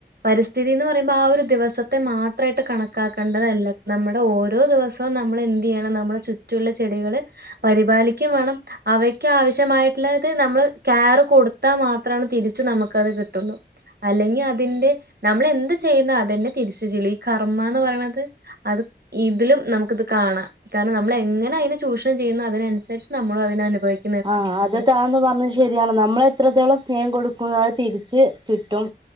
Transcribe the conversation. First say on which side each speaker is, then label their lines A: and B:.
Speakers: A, on the right (about 60°); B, on the right (about 25°).
A: പരിസ്ഥിതീന്ന് പറയുമ്പോ ആ ഒരു ദിവസത്തെ മാത്രായിട്ട് കണക്കാക്കേണ്ടതല്ല നമ്മുടെ ഓരോ ദിവസം ഇപ്പോ നമ്മള് എന്തിയ്യണം നമ്മളെ ചുറ്റുള്ള ചെടികള് പരിപാലിക്കും വാണം അവയ്ക്ക് ആവശ്യമായിട്ടുള്ളത് നമ്മള് ക്യാർ കൊടുത്താൽ മാത്രാണ് തിരിച്ചു നമുക്കത് കിട്ടൊള്ളൂ അല്ലെങ്കി അതിന്റെ നമ്മൾ എന്ത് ചെയ്യുന്ന അതെന്നെ തിരിച്ച് ചെല്ലും ഈ കർമ്മാന്ന് പറയ്ണത് അത് ഇതിലും നമുക്ക് ഇത് കാണാം കാര്ണം നമ്മൾ എങ്ങനെ അയിനെ ചൂഷണം ചെയ്യുന്നു അതിനനുസരിച്ച് നമ്മളും അതിനനുഭവിക്കും
B: ആഹ് അത് താ എന്ന് പറഞ്ഞത് ശരിയാണ് നമ്മൾ എത്രത്തോളം സ്നേഹം കൊടുക്കുന്നു അത് തിരിച്ച് കിട്ടും